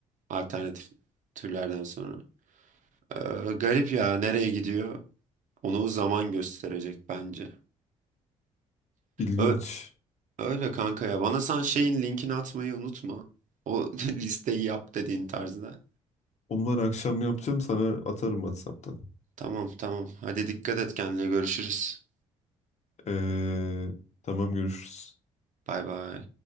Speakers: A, on the right; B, on the left.
A: alternatif türlerden sonra. Ee, garip ya nereye gidiyor? Onu zaman gösterecek bence.
B: İlginç.
A: Ö- öyle kanka ya. Bana sen şeyin linkini atmayı unutma. O <laughs> listeyi yap dediğin tarzda.
B: Onu ben akşam yapacağım sana atarım WhatsApp'tan.
A: Tamam tamam. Hadi dikkat et kendine. Görüşürüz.
B: Ee, tamam görüşürüz.
A: Bay bay.